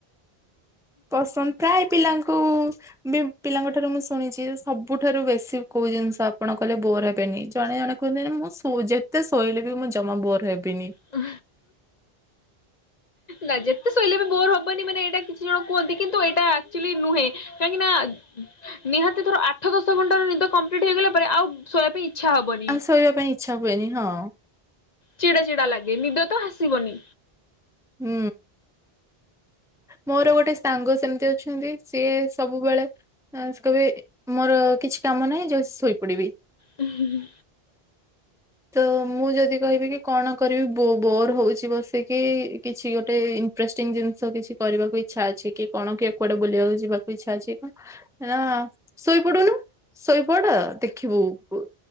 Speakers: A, in the centre; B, on the left (about 45°).
A: ପସନ୍ଦ ପ୍ରାୟ ପିଲାଙ୍କୁ ବି ପିଲାଙ୍କ ଠାରୁ ମୁଁ ଶୁଣିଛି ସବୁଠାରୁ ବେଶି କୋଉ ଜିନିଷ ଆପଣ କହିଲେ ବୋର ହେବେନି ଜଣେ ଜଣେ କୁହନ୍ତି ନା ମୁଁ ସୋ ଯେତେ ଶୋଇଲେ ବି ମୁଁ ଜମା ବୋର ହେବିନି
B: ହ ନା ଯେତେ ଶୋଇଲେ ବି ବୋର ହବ ନି ମାନେ ଏଇଟା କିଛି ଜଣ କୁହନ୍ତି କିନ୍ତୁ ଏଇଟା ଆଚୁ ଆଲି ନୁହେଁ କାହିଁକି ନା ନିହାତି ଥର ଆଠ ଦଶ ଘଣ୍ଟାର ନିଦ କମ୍ପ୍ଲିଟ୍ ହେଇଗଲା ପରେ ଆଉ ଶୋଇବା ପାଇଁ ଇଚ୍ଛା ହବନି।
A: ଆଉ ଶୋଇବା ପାଇଁ ଇଚ୍ଛା ହୁଏନି ହଁ
B: ଚିଡା ଚିଡା ଲାଗେ ନିଦ ତ ହାସିବନି
A: ହୁଁ ମୋର ଗୋଟେ ସାଙ୍ଗ ସେମିତି ଅଛନ୍ତି ସିଏ ସବୁବେଳେ ଆଉ ସେ କହିବେ ମୋର କିଛି କାମ ନାହିଁ ଯୋଉ ଶୋଇପଡିବି
B: ହୁଁଁ ହୁ ହୁ
A: ତ ମୁଁ ଯଦି କହିବି କି କଣ କରିବି ବୋ ବୋର ହଉଛି ବସିକି କିଛି ଗୋଟେ ଏ ଇ ଇଣ୍ଟରଷ୍ଟିଙ୍ଗ ଜିନିଷ କିଛି କରିବାକୁ ଇଛା ଅଛି କି କଣ କି କୁଆଡେ ବୁଲିବାକୁ ଯିବାକୁ ଇଛା ଅଛି କଣ <unintelligible> ଶୋଇପଡୁନୁ ଶୋଇପଡ ଦେଖିବୁ ପୁ